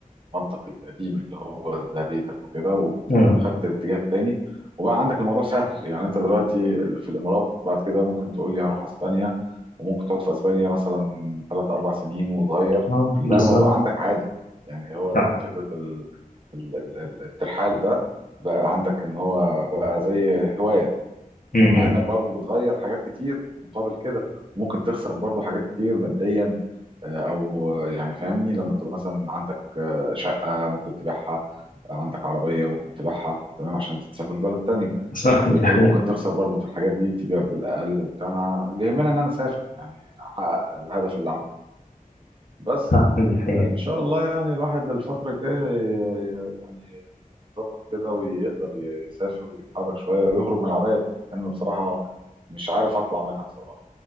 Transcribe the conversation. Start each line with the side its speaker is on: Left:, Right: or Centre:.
Right: المنطق القديم اللي هو ده بيتك وكده وبت-
Left: مم.
Right: وخدت الاتجاه التاني وبقى عندك الموضوع سهل يعني انت دلوقتي في الامارات بعد كده ممكن تقول لي هروح اسبانيا وممكن تقعد في اسبانيا مثلا ثلاث اربع سنين وتغير
Left: اه
Right: بقى
Left: بالظبط
Right: الموضوع عندك عادي يعني هو
Left: صح
Right: فكره ال... ال... ال... ال- الترحال ده بقى عندك ان هو بقى زي هوايه تمام
Left: مم.
Right: مع انك برضو بتغير حاجات كتير مقابل كده ممكن تخسر برضو حاجات كتير ماديا آه، او يعني فاهمني لما تبقى مثلا عندك شقة ممكن تبيعها عندك عربية ممكن تبيعها تمام عشان تسافر بلد تانية
Left: صح
Right: فبالتالي
Left: دي حقيقة
Right: ممكن تخسر برضه في الحاجات دي تبيع بالأقل وبتاع أنا- اللي يهمني إن أنا أسافر يعني أحقق الهدف اللي عندي بس
Left: صح دي حقيقة
Right: فإن شاء الله يعني الواحد الفترة الجاية ي- يعني يظبط كده ويقدر يسافر ويتحرك شوية ويخرج من العباية دي لأن بصراحة مش عارف أطلع منها بصراحة